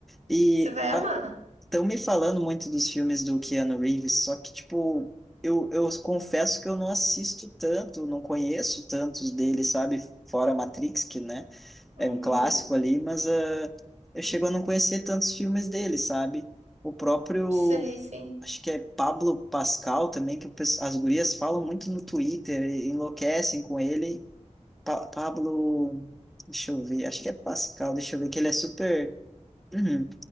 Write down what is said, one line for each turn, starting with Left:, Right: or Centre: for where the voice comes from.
Centre: E
Right: Você vai amar.
Centre: a Estão me falando muito dos filmes do Keanu Reeves, só que, tipo, eu, eu confesso que eu não assisto tanto, não conheço tantos dele, sabe? Fora Matrix, que, né,
Right: Uhum.
Centre: é um clássico ali, mas ah, eu chego a não conhecer tantos filmes dele, sabe? O próprio,
Right: Sei, sim.
Centre: acho que é Pablo Pascal também, que o pes- as gurias falam muito no Twitter, e enlouquecem com ele. Pa Pablo, deixa eu ver, acho que é Pascal, deixa eu ver, que ele é super. <clears throat> Uhum.